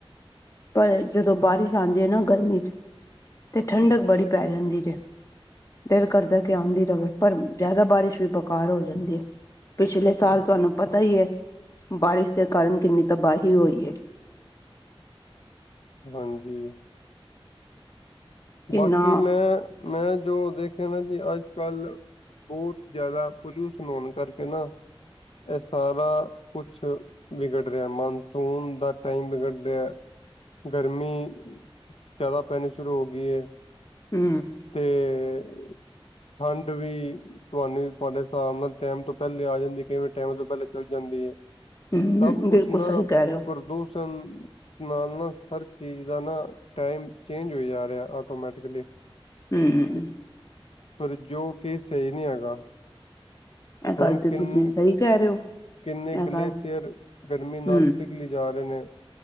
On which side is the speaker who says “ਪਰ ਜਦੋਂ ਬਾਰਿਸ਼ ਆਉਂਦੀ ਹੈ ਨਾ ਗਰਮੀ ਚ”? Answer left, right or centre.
Left